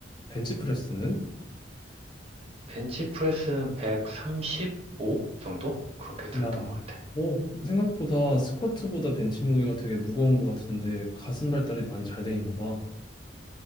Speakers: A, on the left (about 25°); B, on the right (about 35°).
A: 벤치프레스는?
B: 벤치프레스는 135 정도? 그렇게 들었던
A: 야,
B: 것 같아.
A: 오, 생각보다 스쿼트보다 벤치 무게가 되게 무거운 것 같은데 가슴 발달이 많이 잘 돼 있나 봐.